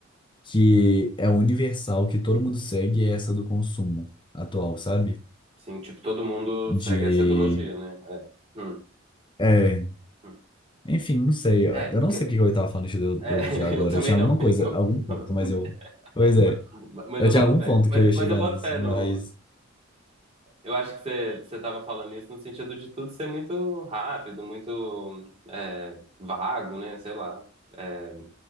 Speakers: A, on the left (about 25°); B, on the right (about 30°).
A: que é universal, que todo mundo segue, é essa do consumo atual, sabe?
B: Sim, tipo, todo mundo
A: De.
B: segue essa ideologia, né? É. Hum.
A: É,
B: Hum.
A: enfim, não sei. Eu
B: É,
A: eu não
B: que-
A: sei porque eu tava falando de ideo- ideologia
B: é, <laughs>
A: agora.
B: eu também
A: Eu tinha
B: não.
A: alguma
B: <laughs>
A: coisa,
B: Eu-
A: algum
B: <laughs>
A: ponto, mas eu. Pois é,
B: Mas, mas
A: eu
B: eu
A: tinha
B: boto
A: algum
B: fé.
A: ponto
B: Mas,
A: que eu ia
B: mas
A: chegar
B: eu boto
A: nisso,
B: fé
A: mas.
B: no. Eu acho que você, você tava falando isso no sentido de tudo ser muito rápido, muito é, vago, né? Sei lá. É,